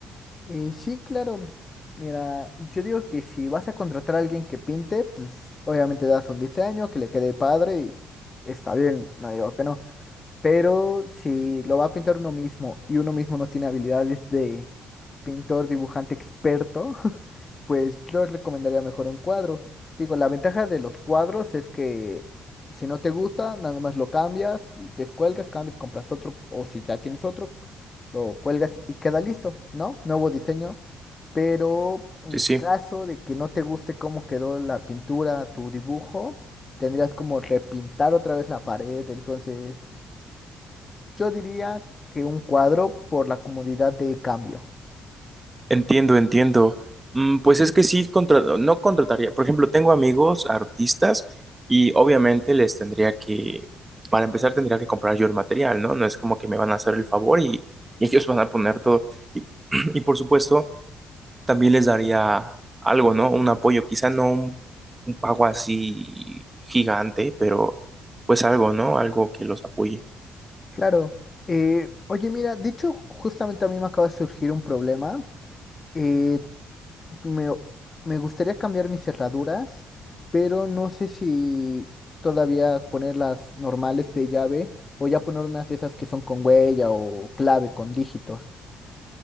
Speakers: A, on the left; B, on the right.
A: Y sí, claro, mira, yo digo que si vas a contratar a alguien que pinte, pues obviamente das un diseño que le quede padre y está bien, no digo que no. Pero si lo va a pintar uno mismo y uno mismo no tiene habilidades de pintor, dibujante experto, <laughs> pues yo recomendaría mejor un cuadro. Digo, la ventaja de los cuadros es que si no te gusta, nada más lo cambias, descuelgas, cambias, compras otro, o si ya tienes otro, lo cuelgas y queda listo, ¿no? Nuevo diseño. Pero en
B: Sí, sí.
A: caso de que no te guste cómo quedó la pintura, tu dibujo, tendrías como repintar otra vez la pared, entonces yo diría que un cuadro por la comodidad de cambio.
B: Entiendo, entiendo. Mm, Pues es que sí, contra- no contrataría. Por ejemplo, tengo amigos artistas y obviamente les tendría que, para empezar, tendría que comprar yo el material, ¿no? No es como que me van a hacer el favor y, y ellos van a poner todo. Y, <clears throat> y por supuesto, también les daría algo, ¿no? Un apoyo, quizá no un, un pago así gigante, pero pues algo, ¿no? Algo que los apoye.
A: Claro. Eh, oye, mira, de hecho, justamente a mí me acaba de surgir un problema. Eh, me, me gustaría cambiar mis cerraduras, pero no sé si todavía poner las normales de llave o ya poner unas de esas que son con huella o clave con dígitos.